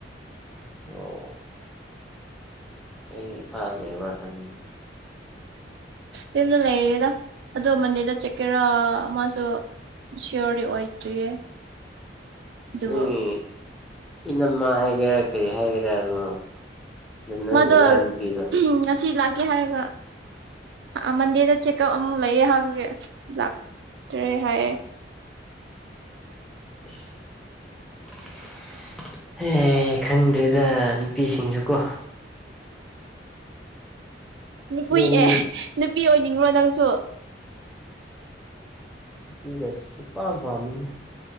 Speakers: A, in the centre; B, on the right.
A: ꯑꯣ꯫ ꯑꯦ ꯏꯝꯐꯥꯜ ꯂꯩꯕ꯭ꯔ ꯈꯟꯕ꯫
B: ꯌꯨꯝꯗ ꯂꯩꯔꯤꯗ ꯑꯗꯣ ꯃꯟꯗꯦꯗ ꯆꯠꯀꯦꯔꯥ ꯃꯥꯁꯨ ꯁꯤꯌꯣꯔꯗꯤ ꯑꯣꯏꯗ꯭ꯣꯏꯔꯤꯌꯦ ꯑꯗꯨꯕꯨ
A: ꯅꯪꯒꯤ ꯏꯅꯝꯃ ꯍꯥꯏꯒꯦꯔꯥ ꯀꯔꯤ ꯍꯥꯏꯒꯦꯔꯥ ꯑꯗꯨ ꯅꯪ
B: ꯃꯥꯗꯣ
A: ꯗꯗꯥ ꯅꯨꯄꯤꯗꯣ
B: ꯉꯁꯤ ꯂꯥꯛꯀꯦ ꯍꯥꯏꯔꯒ ꯑ ꯃꯟꯗꯦꯗ ꯆꯦꯛꯑꯞ ꯑꯃꯨꯛ ꯂꯩꯌꯦ ꯍꯥꯏꯕꯒꯤ ꯂꯥꯛꯇ꯭ꯔꯦ ꯍꯥꯏꯌꯦ
A: <unintelligible> ꯑꯦ ꯈꯪꯗ꯭ꯔꯦꯗ ꯅꯨꯄꯤꯁꯤꯡꯁꯨ ꯀꯣ
B: ꯅꯨꯄꯤ
A: ꯅꯣꯏ ꯌꯨꯝ
B: ꯑꯦ ꯅꯨꯄꯤ ꯑꯣꯏꯅꯤꯡꯕ꯭ꯔꯣ ꯅꯪꯁꯨ
A: ꯅꯨꯄꯤꯒ ꯁꯨꯡꯄꯥꯝ ꯄꯥꯝꯗꯦ